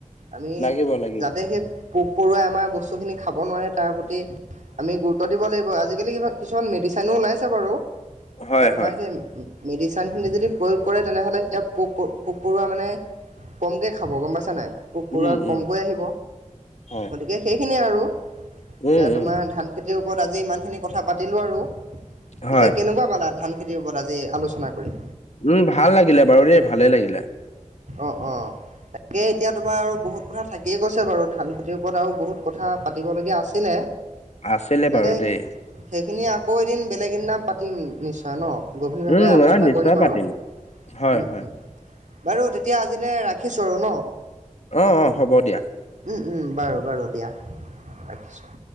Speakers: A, on the right; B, on the left.
A: আমি
B: লাগিব লাগিব
A: যাতে সেই পোক-পৰুৱাই আমাৰ বস্তুখিনি খাব নোৱাৰে তাৰ প্ৰতি আমি গুৰুত্ব দিব লাগিব, আজিকালি কিছুমান মেডিচিনো ওলাইছে বাৰু।
B: হয়
A: এতিয়া তোমাৰ
B: হয়
A: সেই মেডিচিনখিনি যদি প্ৰয়োগ কৰে তেনেহলে পোক-প পোক-পৰুৱা মানে কমকে খাব গম পাইছা নাই পোক-পৰুৱা
B: উম
A: কমকৈ
B: উম
A: আহিব
B: হয়
A: গতিকে সেইখিনিয়ে আৰু এতিয়া
B: উম
A: তোমাৰ
B: উম
A: ধান খেতিৰ ওপৰত আজি ইমানখিনি কথা পাতিলো আৰু পিছে
B: হয়
A: কেনেকুৱা পালা ধান খেতিৰ ওপৰত আজি আলোচনা কৰি?
B: উম ভাল লাগিলে বাৰু দেই ভালেই লাগিলে।
A: অঁ-অঁ তাকে এতিয়া তোমাৰ আৰু বহুত কথা থাকিয়ে গৈছে বাৰু ধান খেতিৰ ওপৰত আৰু বহুত কথা পাতিবলগীয়া আছিলে
B: আছিলে
A: তাকে
B: বাৰু দেই
A: সেইখিনি আকৌ এদিন বেলেগ দিনা পাতিম নিশ্চয় ন? গভীৰভাৱে
B: উম
A: আলোচনা
B: মই নিশ্চয়
A: কৰিম আৰু।
B: পাতিম হয়
A: উম-উম
B: হয়
A: বাৰু তেতিয়া আজিলে ৰাখিছো আৰু ন?
B: অ-অ হ'ব দিয়া
A: উম-উম বাৰু-বাৰু দিয়া ৰাখিছোঁ।